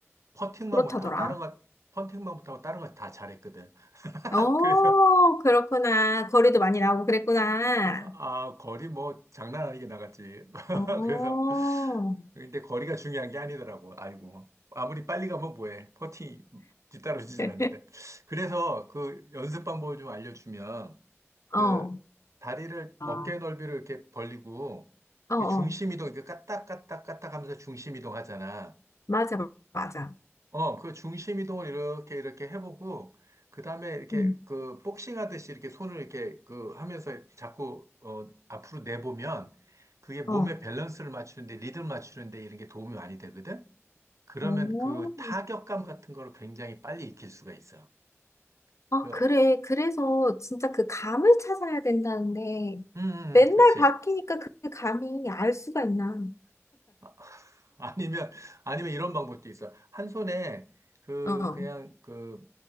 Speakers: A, on the right; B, on the left.
A: 퍼팅만
B: 그렇다더라.
A: 못하고 다른 것, 퍼팅만 못하고 다른 건 다 잘했거든. <laughs>
B: 어,
A: 그래서
B: 그렇구나. 거리도 많이 나오고 그랬구나.
A: 아, 거리 뭐 장난 아니게 나갔지. <laughs>
B: 어.
A: 그래서 근데 거리가 중요한 게 아니더라고. 아이고. 아무리 빨리 가면 뭐해. 퍼팅 뒤따라오질
B: <laughs>
A: 않는데. 그래서 그 연습 방법을 좀 알려주면 그
B: 어,
A: 다리를
B: 아,
A: 어깨 넓이를 이렇게 벌리고
B: 어, 어.
A: 이렇게 중심 이동 이렇게 까딱 까딱 까딱 하면서 중심 이동 하잖아.
B: 맞아, 맞아.
A: 어, 그 중심 이동을 이렇게 이렇게 해보고 그 다음에 이렇게
B: 음,
A: 그 복싱 하듯이 이렇게 손을 이렇게 그 하면서 자꾸 어 앞으로 내보면 그게 몸의
B: 어.
A: 밸런스를 맞추는데 리듬 맞추는데 이런 게 도움이 많이 되거든. 그러면
B: 오,
A: 그 타격감 같은 거를 굉장히 빨리 익힐 수가 있어.
B: 아,
A: 그, 어,
B: 그래. 그래서 진짜 그 감을 찾아야 된다는데,
A: 음, 음,
B: 맨날
A: 음, 그렇지.
B: 바뀌니까 그 감이 알 수가 있나.
A: 아, <laughs> 아니면 아니면 이런 방법도 있어. 한 손에 그
B: 어,
A: 그냥 그